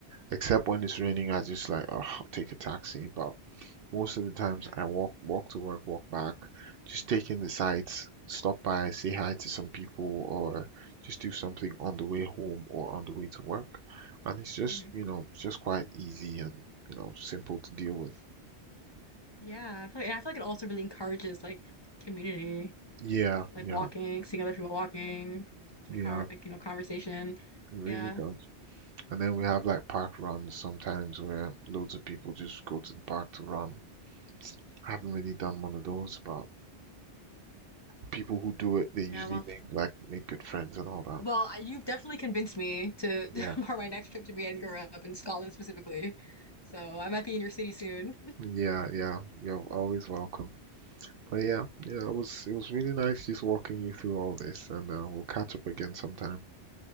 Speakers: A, on the right; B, on the left.
A: except when it's
B: mm,
A: raining. I just like, oh, take a taxi. But most of the times
B: yeah,
A: I walk walk to work, walk back, just take in the sights, stop by, say hi to some people, or just do something on the way home or on the way to work. And it's just,
B: hmm
A: you know, it's just quite easy and, you know, simple to deal with.
B: yeah. I feel like, and I feel like it also really encourages like community,
A: Yeah,
B: like
A: yeah,
B: walking, seeing other people walking, like
A: yeah,
B: car, like you know, conversation.
A: it really
B: Yeah,
A: does. And then we have like park runs sometimes where loads of people just go to the park to run. I haven't really done one of those, but people who do it, they usually
B: yeah. Well.
A: make like make good friends and all that.
B: Well, I- you've definitely convinced me to <laughs>
A: Yeah.
B: for my next trip to be Edinburgh up in Scotland specifically. So I might be in your city soon.
A: Yeah, yeah, you're always welcome. But yeah, yeah, it was it was really nice just walking you through all this, and uh, we'll catch up again sometime.